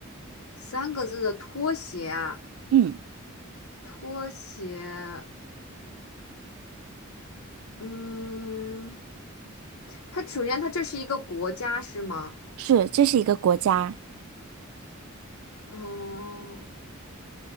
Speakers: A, on the left; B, on the right.
A: 三个字的拖鞋啊，
B: 嗯，
A: 拖鞋，嗯，它首先它这是一个国家是吗？
B: 是，这是一个国家，
A: 哦，